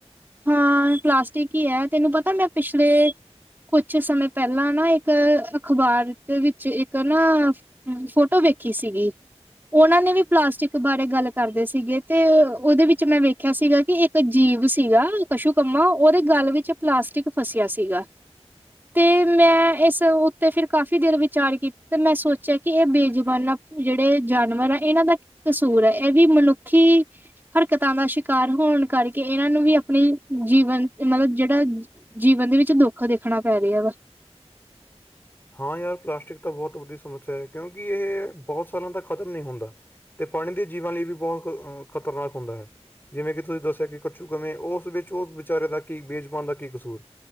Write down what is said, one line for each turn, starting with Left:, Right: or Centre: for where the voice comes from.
Right: ਹਾਂ, ਪਲਾਸਟਿਕ ਈ ਐ। ਤੈਨੂੰ ਪਤੈ ਮੈਂ ਪਿਛਲੇ ਕੁਛ ਸਮੇ ਪੈਲਾਂ ਨਾ ਏੱਕ ਅਖ਼ਬਾਰ ਦੇ ਵਿੱਚ ਇੱਕ ਨਾ ਫੋਟੋ ਵੇਖੀ ਸੀਗੀ। ਓਨਾਂ ਨੇ ਵੀ ਪਲਾਸਟਿਕ ਬਾਰੇ ਗੱਲ ਕਰਦੇ ਸੀਗੇ ਤੇ ਓਦੇ ਵਿੱਚ ਮੈਂ ਵੇਖਿਆ ਸੀਗਾ ਕਿ ਇੱਕ ਜੀਵ ਸੀਗਾ ਕਸ਼ੂਕੰਮਾ ਓਦੇ ਗੱਲ ਵਿੱਚ ਪਲਾਸਟਿਕ ਫਸਿਆ ਸੀਗਾ ਤੇ ਮੈਂ ਏੱਸ ਉੱਤੇ ਫੇਰ ਕਾਫ਼ੀ ਦੇਰ ਵਿਚਾਰ ਕੀਤ ਤੇ ਮੈਂ ਸੋਚਿਆ ਕਿ ਏ ਬੇਜੁਬਾਨਾਂ ਜੜੇ ਜਾਨਵਰ ਐ ਏਨਾਂ ਦਾ ਕੀ ਕਸੂਰ ਐ, ਐ ਵੀ ਮਨੁੱਖੀ ਹਰਕਤਾਂ ਦਾ ਸ਼ਿਕਾਰ ਹੋਣ ਕਰਕੇ ਏਨਾਂ ਨੂੰ ਵੀ ਆਪਨੀ ਜੀਵਨ ਮਤਲਬ ਜੜਾ ਜੀਵਨ ਦੇ ਵਿੱਚ ਦੁੱਖ ਦੇਖਣਾ ਪੈ ਰਿਆ ਵਾ।
Left: ਹਾਂ ਯਾਰ ਪਲਾਸ਼ਟਿਕ ਤਾਂ ਬੋਤ ਵੱਧੀ ਸਮੱਸਿਆ ਐ ਕਿਉਂਕਿ ਏਹ ਬੋਹੋਤ ਸਾਲਾਂ ਤੱਕ ਖਤਮ ਨਈ ਹੁੰਦਾ। ਤੇ ਪਾਨੀ ਦੇ ਜੀਵਾਂ ਲਈ ਵੀ ਬੋਹੋਤ ਅ ਖ਼ਤਰਨਾਕ ਹੁੰਦਾ ਹੈ। ਜਿਵੇਂ ਕਿ ਤੁਸੀ ਦੱਸਿਐ ਕਿ ਕੱਛੂਕੰਮੇ ਓਸ ਵਿੱਚ ਓਸ ਵਿਚਾਰੇ ਦਾ ਕੀ ਬੇਜ਼ੁਬਾਨ ਦਾ ਕੀ ਕਸੂਰ।